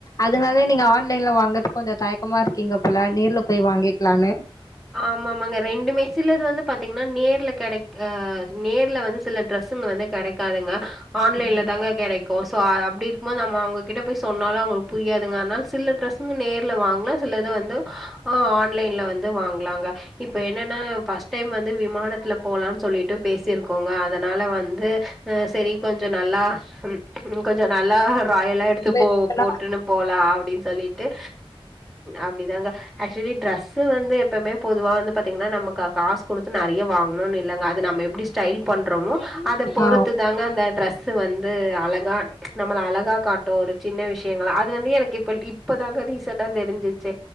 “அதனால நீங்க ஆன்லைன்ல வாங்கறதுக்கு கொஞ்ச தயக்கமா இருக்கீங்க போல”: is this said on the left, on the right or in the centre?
Left